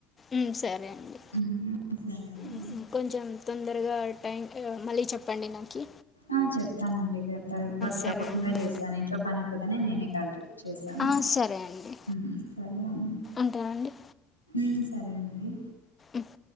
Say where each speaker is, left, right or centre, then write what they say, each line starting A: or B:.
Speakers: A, on the left (about 25°); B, on the left (about 90°).
A: ఉమ్, సరే అండి
B: ఉమ్ సరే అండి
A: ఉమ్, కొంచెం తొందరగా టైం మళ్ళీ చెప్పండి నాకి
B: ఆ చెప్ప చేస్తానండి ఇక తప్పకు
A: సరే
B: తప్పకుండా
A: అండి
B: చేస్తాను ఇంట్లో పని అయిపోతా నేను తల్ కి చేసాను
A: ఆ, సరే అండి
B: ఉమ్ సరే అండి
A: ఉంటానండి
B: ఉమ్ సరే అండి
A: ఉప్